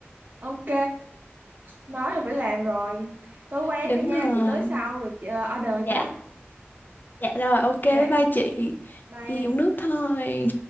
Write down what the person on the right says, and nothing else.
Ok, nói là phải làm rồi. Tới quán
đi nha,
chị tới sau rồi chị ờ, order
nha.
Ok,
bye
em.